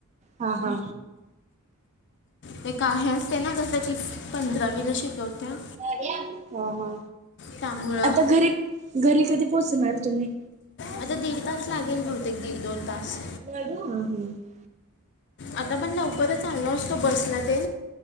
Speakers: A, on the right (about 30°); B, on the left (about 50°).
A: हा, हा.
B: ते का हे असते ना कसं की, पंधरावीला शिकवत्या.
A: हा, हा.
B: त्यामुळं
A: आता घरी, घरी कधी पोचणार तुम्ही?
B: आता दीड <unintelligible> दोन तास.
A: <unintelligible>
B: आता पण लवकरच आलो असतो बसला ते?